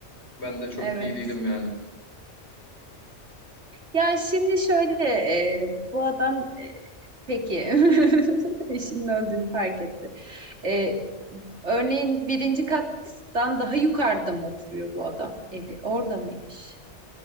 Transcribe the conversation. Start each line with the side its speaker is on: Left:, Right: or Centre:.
Left: Ben de çok
Right: Evet.
Left: iyi değilim yani.
Right: Ya şimdi şöyle e, bu adam e, peki <laughs> eşinin öldüğünü fark etti. E, Örneğin birinci kattan daha yukarıda mı oturuyor bu adam evi? Orada mıymış?